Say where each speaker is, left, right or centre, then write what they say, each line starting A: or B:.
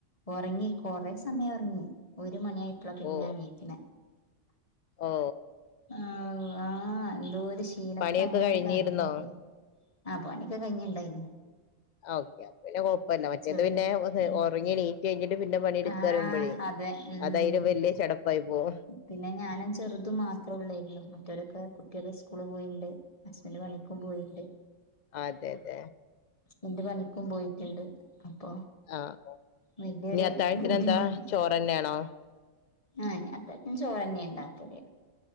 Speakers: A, on the left; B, on the left.
A: ഉറങ്ങി കുറേ സമയം ഉറങ്ങി ഒരു മണിയായപ്പോള പിന്നെ
B: ഓ
A: ഞാനെണീക്കണേ
B: ഓ
A: ആ ആഹ് എന്തോരു ക്ഷീണത്തിലങ്ങനടെ
B: പണിയൊക്കെ കഴിഞ്ഞിരുന്നോ
A: കിടന്നു ആ പണിയൊക്കെ കഴിഞ്ഞിണ്ടായിരുന്നു
B: ഓക്കെ പിന്നെ കൊഴപ്പമില്ല മറ്റേത്
A: ചെറുതിന്
B: പിന്നെ
A: ഉം
B: ഉറങ്ങി എണീറ്റ് കഴിഞ്ഞിട്ട് പിന്നെ പണിയെടുക്ക
A: ആഹ്
B: പറയുമ്പോഴേ
A: അതെ ഉം
B: അതായിലും വലിയ ചടപ്പായി പോകും
A: പിന്നെ ഞാനും ചെറുതും മാത്രേ ഉള്ളായിരുന്നു. മറ്റവരൊക്കെ കുട്ടികള് സ്കൂള് പോയിണ്ട് ഹസ്ബൻ്റ് പണിക്കും പോയിണ്ട്
B: അതെയതെ
A: ൻ്റ് പണിക്കും പോയിട്ടുണ്ട് അപ്പൊ
B: ആഹ്
A: വലിയൊരു
B: ഇനി അത്താഴത്തിന്
A: ബുദ്ധിമുട്ട്
B: എന്താ ചോറന്നെയാണോ
A: ആ അത്താഴത്തിനും ചോറെന്നെയാ ഉണ്ടാക്കല്